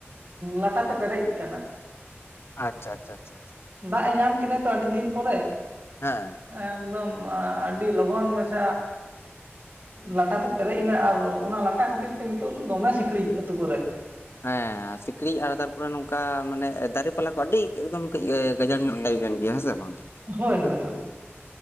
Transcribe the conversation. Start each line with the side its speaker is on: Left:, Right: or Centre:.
Right: ᱞᱟᱴᱟᱛᱮ ᱯᱮᱨᱮᱡ ᱠᱟᱱᱟ
Left: ᱟᱪᱪᱷᱟ ᱪᱷᱟ ᱪᱷᱟ
Right: ᱫᱟᱜ ᱮᱭ ᱧᱟᱢ ᱠᱮᱫᱟ ᱛᱚ ᱟᱹᱰᱤ ᱫᱤᱱ ᱯᱚᱨᱮ
Left: ᱦᱮᱸ
Right: ᱮᱠᱫᱚᱢ ᱟᱹᱰᱤ ᱞᱚᱜᱚᱱ ᱢᱟᱪᱷᱟ ᱞᱟᱴᱟᱛᱮ ᱯᱮᱨᱮᱡ ᱮᱱᱟ ᱟᱨ ᱚᱱᱟ ᱞᱟᱴᱟ ᱠᱷᱟᱹᱛᱤᱨ ᱛᱮ ᱱᱤᱛᱚᱜ ᱫᱚ ᱫᱚᱢᱮ ᱥᱤᱠᱲᱤᱡ ᱟᱛᱳ ᱠᱚᱨᱮ
Left: ᱦᱮᱸ ᱥᱤᱠᱲᱤᱡ ᱟᱨ ᱛᱟᱨᱯᱚᱨᱮ ᱱᱚᱝᱠᱟ ᱢᱟᱱᱮ ᱫᱟᱨᱮ ᱯᱟᱞᱟ ᱠᱚ ᱟᱹᱰᱤ ᱮᱠᱫᱚᱢ ᱠᱟᱹᱡ ᱮ ᱜᱟᱡᱟᱲ ᱧᱚᱜ ᱴᱟᱭᱤᱯ ᱮᱱ ᱜᱮᱭᱟ ᱦᱮᱸ ᱥᱮ ᱵᱟᱝ
Right: ᱦᱳᱭ
Left: ᱦᱩᱸ
Right: ᱦᱳᱭ ᱦᱳᱭ